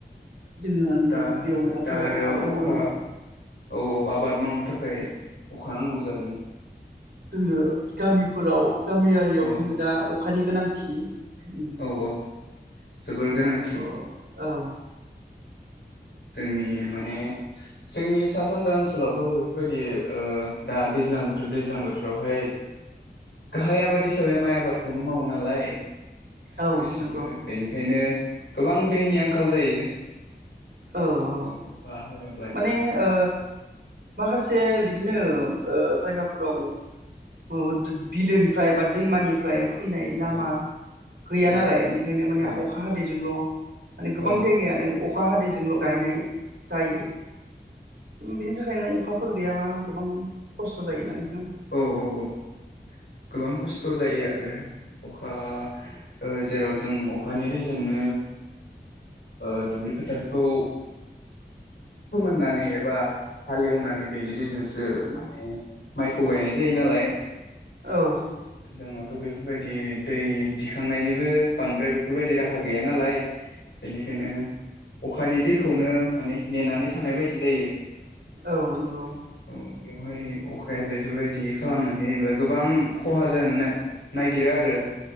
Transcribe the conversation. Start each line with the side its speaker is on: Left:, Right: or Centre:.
Right: जोङो
Left: दा
Right: दुब्लियाव दाथ'
Left: दा आरो
Right: आबाद
Left: अखा
Right: मावनायनि
Left: औ औ आबाद मावनो थाखाय अखा नांगौ जादों
Right: जोंनो गामिफोराव गामियारियाव
Left: औ
Right: जों दा अखा खानि गोनांथि उम
Left: औ औ जोबोर
Right: नङाब्लाथ'
Left: गोनांथि
Right: औ।
Left: जोंनि माने जोंनि सा सानजा ओनसोलावथ' बेफोरबायदि ओ दा दैज्लां बोथोर दैज्लां बोथोरावहाय गाहाय आबाद हिसाबै माइ आबाद। आबादखौनो मावो नालाय।
Right: औ
Left: गासैबो
Right: नंगौ
Left: बेनिखायनो गोबां दैनि आंखाल जायो।
Right: औ औ
Left: अखा हाया
Right: माने ओ माखासे बिदिनो ओ जायगाफोराव ओ बिलोनिफ्राय बा दैमानिफ्राय फैनाय लामा
Left: औ
Right: गैया
Left: औ
Right: नालाय ओंखायनो माने
Left: औ
Right: अखा हादैजोंल' माने गोबां
Left: औ
Right: जायगायानो अ अखा हादैजोंल' गायनाय जायो। बिनि थाखाय नों अखाफोर गैयाबा गोबां खस्थ' जायोना नोंथां
Left: औ औ औ गोबां खस्थ' जायो आरो अखा ओ जेराव जों अखानि दैजोंनो ओ दुब्लि फोथारखौ फोमोननानै एबा हालेवनानै बेनि दैजोंसो माने माइखौ गायनाय जायो नालाय
Right: औ
Left: जोङो थ' बेफोरबायदि दै दिखांनायनिबो बांद्राय बेफोरबायदि दि राहा गैया नालाय बेनिखायनो अखानि दैखौनो माने नेनानै थानाय बायदि जायो
Right: औ नंगौ
Left: औ बेवहाय अखाया बेफोरबायदि खालामनानै होब्ला गोबां खहा जानो नागिरो आरो